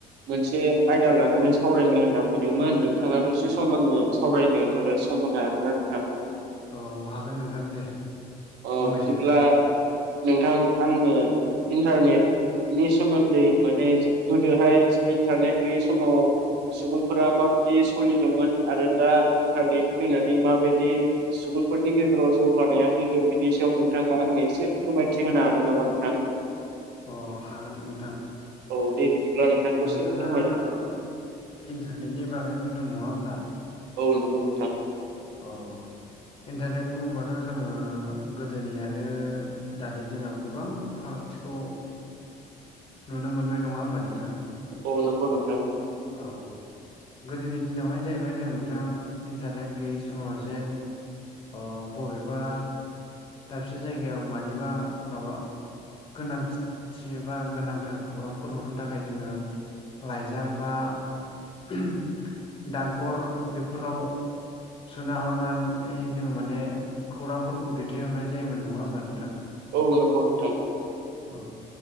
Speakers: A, on the right (about 85°); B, on the left (about 30°).
A: मोनसे आयदा लानानै सावरायनो होनना फैदोंमोन नोंथाङा दसे सम आंनो सावरायनो नि थाखाय सम मोनो हागोन ना नोंथां?
B: औ हागोन नोंथां दे।
A: अ
B: बुंनायसाय
A: बिदिब्ला नोंथां आंनो इन्टारनेट नि सोमोन्दै माने गोदोहाय ज इन्टारनेट गैयि समाव सुबुंफोरा माबायदि सलिदोंमोन आरो दा इन्टारनेट फैनानै माबायदि सुबुं फोरनि गेजेराव जौगानाया फैगो बिनि सायाव नोंथाङा आंनो एसे फोरमायथि होनो हागोन नामा नोंथां?
B: अ हागोन नोंथां
A: औ दे बिदिब्ला नोंथां दसे
B: नोंथाङा
A: फोरमायलाय।
B: अ ओम इन्टारनेटनि बागै बुंदों नङा होनोमबा।
A: औ नंगौ नोंथां।
B: अ इन्टारनेट बुङोबाथ' जोङो गोदोनि आरो दानि दिनाव गोबां फारागथिखौ नुनो मोनबाय नङा होमबा नोंथां।
A: औ नंगौ नोंथां।
B: औ गोदोनि दिनावहाय जाहैबाय जों नोंथाङा गां इन्टारनेट गैयै समाव जेन अ बबेबा दाबसे जायगायाव मानिबा माबा गोनांसे बा गोनांथार खौरांफोर हरनो थाखाय जोङो लाइजाम बा ओहम डाख बेफोराव सोना हरनानै जोङो माने खौरांफोरखौ दैथायहरनाय जायोमोन नङा होमबा नोंथां।
A: औ नंगौ नोंथां।
B: औ